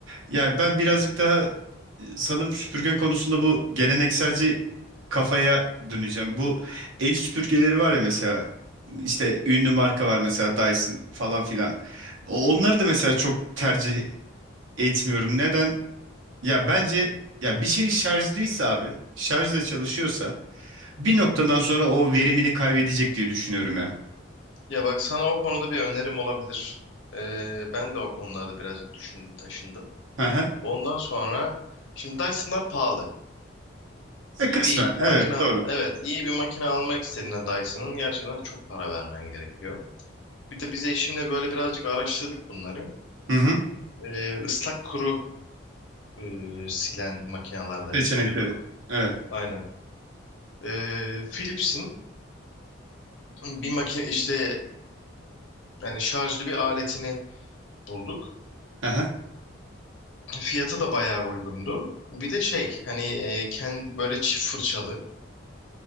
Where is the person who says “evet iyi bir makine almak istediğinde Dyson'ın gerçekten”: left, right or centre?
Left